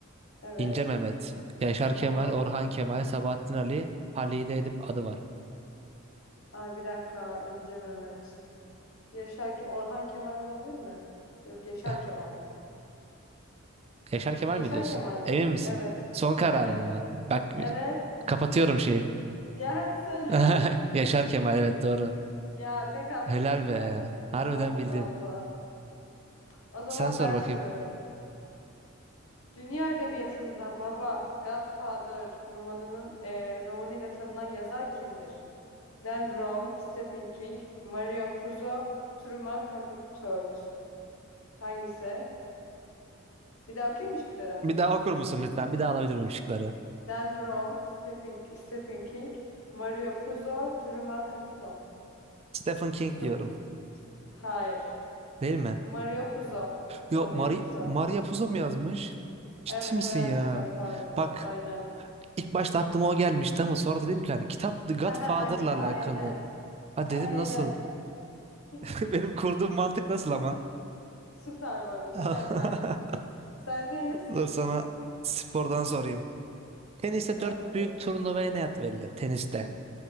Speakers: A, on the left; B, on the right.
A: evet
B: İnce Mehmet, Yaşar Kemal,
A: tamam.
B: Orhan Kemal, Sabahattin Ali, Halide Edip adı var.
A: Ay bir dakika İnce Mehmet. Yaşar Ke- Orhan Kemal olabilir mi? Yok Yaşar
B: <laughs>
A: Kemal.
B: Yaşar Kemal
A: Yaşar
B: mi diyorsun?
A: Kemal mi?
B: Emin misin?
A: Evet.
B: Son kararım
A: Evet.
B: mı? Bak
A: Evet.
B: Kapatıyorum şeyi.
A: Ya hadi söyle.
B: <laughs>
A: <laughs>
B: Yaşar Kemal evet doğru.
A: Ya tek attım
B: Helal
A: işte.
B: be. Harbiden
A: Allah
B: bildin.
A: Allah. O zaman
B: Sen sor
A: ben
B: bakayım.
A: soruyorum. Dünya edebiyatında Baba, Godfather romanının e, romanı ile tanınan yazar kimdir? Dan Brown, Stephen King, Mario Puzo, Truman Capote. Hangisi? Bir daha okuyayım mı şıkları?
B: Bir daha okur musun lütfen? Bir daha alabilir miyim şıkları?
A: Dan Brown, Stephen, Stephen King, Mario Puzo, Truman Capote.
B: Stephen King
A: Cap-
B: diyorum.
A: Hayır.
B: Değil mi?
A: Mario Puzo.
B: Yok
A: Mario
B: Mari
A: Puzo.
B: Maria Puzo mu yazmış? Ciddi
A: Evet
B: misin
A: o yazmış
B: ya?
A: Godfather'ı.
B: Bak
A: Aynen.
B: ilk başta aklıma o gelmişti ama sonra dedim ki hani kitap The
A: <laughs>
B: Godfather'la
A: Haha, Aynen aynen.
B: alakalı. Ha
A: Aynen.
B: dedim nasıl?
A: <laughs>
B: <laughs> Benim kurduğum mantık nasıl ama?
A: Süper vardı mükemmel.
B: <laughs>
A: Sendeyiz.
B: Dur sana spordan sorayım. Teniste
A: Sor
B: dört
A: bakalım.
B: büyük turnuvaya ne ad verilir? Teniste.